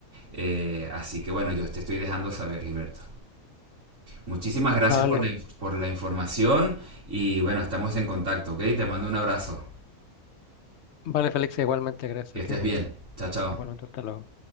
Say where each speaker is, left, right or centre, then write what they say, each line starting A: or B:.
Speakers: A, on the right (about 55°); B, on the left (about 60°).
A: Eh, así que bueno, yo te estoy dejando saber, Gilberto. Muchísimas gracias
B: Vale,
A: por la, inf- por la información y bueno, estamos en contacto, ¿ok? Te mando un abrazo.
B: vale, Félix, igualmente, gracias
A: Que
B: a
A: estés
B: ti.
A: bien. Chao, chao.
B: Igualmente, hasta luego.